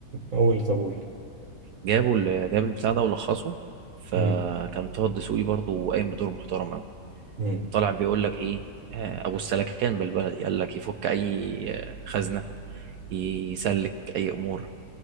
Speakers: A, on the right (about 55°); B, on the right (about 70°).
A: قول طب قول
B: جابه ال- جاب البتاع ده ولخصه فكان
A: امم
B: طه الدسوقي برضه قايم بدور محترم قوي
A: امم
B: طالع بيقول لك ايه آه، ابو السلكان بالبلدي قال لك يفك اي آه، خزنه يسلك اي امور